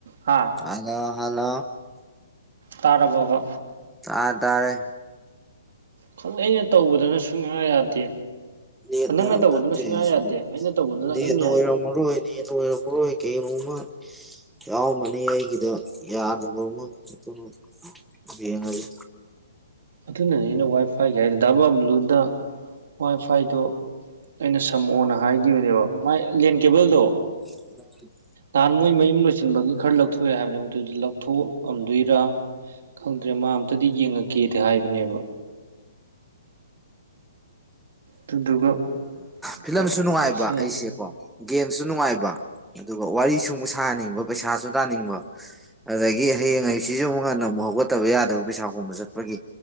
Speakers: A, on the right; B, in the centre.
A: ꯍꯥ
B: hello hello
A: ꯇꯥꯔꯔꯕꯕꯥ
B: ꯇꯥꯔ ꯇꯥꯔꯦ
A: ꯈꯪꯛ ꯑꯩꯅ ꯇꯧꯕꯗꯅ ꯁꯨꯡꯌꯥ ꯌꯥꯗꯦ
B: ꯅꯦꯠꯅ
A: ꯅꯪꯅ ꯇꯧꯕꯗꯅ
B: ꯅꯠꯇꯦ
A: ꯁꯨꯡꯌꯥ
B: ꯁꯤꯗꯤ
A: ꯌꯥꯗꯦ ꯑꯩꯅ ꯇꯧꯕꯗꯅ
B: ꯅꯦꯠꯅ
A: ꯑꯗꯨꯝ ꯌꯥꯏ
B: ꯑꯣꯏꯔꯝ ꯃꯔꯣꯏꯅꯦ ꯀꯩꯩꯅꯃ ꯌꯥꯎꯝꯃꯅꯤ ꯑꯩꯒꯤꯗ ꯌꯥꯗꯕ ꯑꯃꯛꯇꯅ ꯌꯦꯡꯉꯒ
A: ꯑꯗꯨꯅꯅꯦ ꯑꯩꯅ ꯋꯥꯏ ꯐꯥꯏꯒꯤ ꯍꯥꯏꯔꯗꯤ ꯗ ꯥ ꯕꯕ꯭ꯂꯨꯗ ꯋꯥꯏ ꯐꯥꯏꯗꯣ ꯑꯩꯅ ꯁꯝꯃꯛꯑꯣꯅ ꯍꯥꯏꯈꯤꯕꯅꯦꯕ ꯃꯥꯏ ꯂꯦꯟ ꯀꯦꯕꯜꯗꯣ
B: <unintelligible>
A: ꯅꯍꯥꯟ ꯃꯣꯏ ꯃꯌꯨꯝ ꯂꯣꯏꯁꯤꯟꯕꯒꯤ ꯈꯔ ꯂꯧꯊꯣꯛꯑꯦ ꯍꯥꯏꯕꯅꯦꯕ ꯑꯗꯨꯗꯤ ꯂꯧꯊꯣꯛꯑꯝꯗꯣꯏꯔ ꯈꯪꯗ꯭ꯔꯦ ꯃꯥ ꯑ ꯑꯃꯝꯇꯗꯤ ꯌꯦꯡꯉꯛꯀꯦꯗꯤ ꯍꯥꯏꯕꯅꯦꯕ ꯑꯗꯨꯗꯨꯒ
B: ꯐꯤꯂꯝꯁꯨ
A: ꯇꯧꯔꯁꯦꯅ
B: ꯅꯨꯡꯉꯥꯏꯕ ꯑꯩꯁꯦꯀꯣ ꯒꯦꯝꯁꯨ ꯅꯨꯡꯉꯥꯏꯕ ꯑꯗꯨꯒ ꯋꯥꯔꯤ ꯁꯨ ꯁꯥꯍꯟꯅꯤꯡꯕ ꯄꯩꯁꯥꯁꯨ ꯇꯥꯅꯤꯡꯕ ꯑꯗꯒꯤ ꯍꯌꯦꯡ ꯍ ꯁꯤꯁꯨ ꯑꯃꯨꯛꯀꯟꯅ ꯑꯃꯨꯛ ꯍꯧꯒꯠꯇꯕ ꯌꯥꯗꯕ ꯄꯩꯁꯥ ꯈꯣꯕ ꯆꯠꯄꯒꯤ